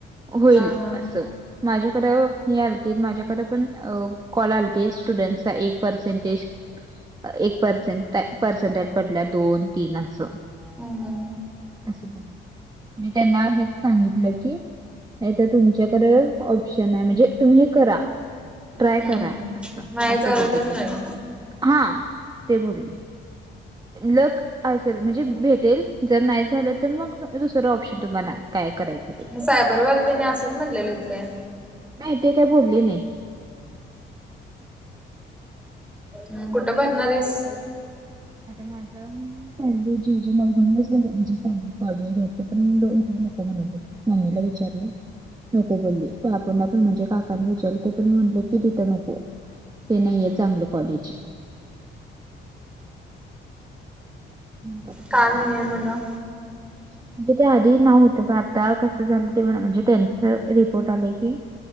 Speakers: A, on the right; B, in the centre.
A: होईल
B: हा हा
A: असं. माझ्याकड अ ही आलती माझ्याकडे पण अ कॉल आल ते स्टुडंट चा एक पर्सेंटेज, एक परसेन्ट काय पर्सेंटेज पडल्या दोन. तीन अस
B: हम्म हम्म
A: असं बो मी त्यांना हेच सांगितलं की. नाही त तुमच्याकड ऑप्शन आहे, म्हणजे तुम्ही हे करा ट्राय
B: हम्म.
A: करा. अस
B: नाही
A: असं
B: झालं
A: बोलले
B: तर
A: ते,
B: नाही
A: हा ते बोलले लक असेल म्हणजे भेटेल जरं नाहीं झालं तरं मंग दुसरं ऑप्शन तुम्हांला कायं करायचं. ते
B: मंग सायबरवालं त्यांनी असंच म्हणलेलंत कायं
A: नाहीं ते कायं बोलले नाहीं.
B: हम्मं कुठं भरणांर आहेसं
A: आंता माझं पाहिले जी जे मगंदूम म्हणतं कॉलेज घ्यायचं पणं इे नको म्हणाले मम्मीलां विचारलं नको बोलली पपांनी पणं म्हणजे काकांनी विचारली ते पणं म्हटले की तिथं नको. ते नाहींये चांगलं कॉलेज म्हणलं आता काय
B: कामं
A: करणार?
B: नाहीं आहे म्हणं.
A: <unintelligible> <unintelligible> म्हणजे ते आधी नांव होतं गं आंता कसं झालं ते बरं म्हणजे त्यांच रिपोर्ट आलंय की